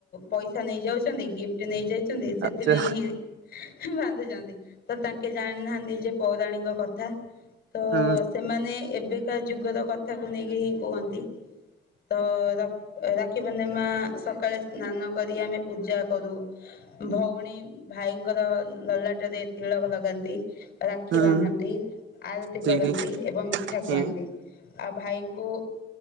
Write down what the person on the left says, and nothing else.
ପଇସା ନେଇଯାଉଚନ୍ତି ଗିଫ୍ଟ ନେଇଯାଉଚନ୍ତି ସେଥିପାଇଁ
ହିଁ ବାନ ନ୍ଧୁଚନ୍ତି ତ ତାଙ୍କେ ଜାଣିନାହାଁନ୍ତି ଯେ ପୌରାଣୀକ କଥା ତ
ସେମାନେ ଏବେକା ଯୁଗର କଥାକୁ ନେଇକି ହିଁ କୁହଁନ୍ତି। ତ ର ରାକ୍ଷୀ ପୂର୍ଣ୍ଣିମା ସକାଳେ ସ୍ନାନ କରି ଆମେ ପୂଜା କରୁ। ଭଉଣୀ ଭାଇଙ୍କର ଲଲାଟରେ ତିଳକ ଲଗାନ୍ତି। ରାକ୍ଷୀ
ବାନ୍ଧନ୍ତି, ଆରତି
କରନ୍ତି ଏବଂ ମିଠା
ଖୁଆନ୍ତି। ଆଉ ଭାଇଙ୍କୁ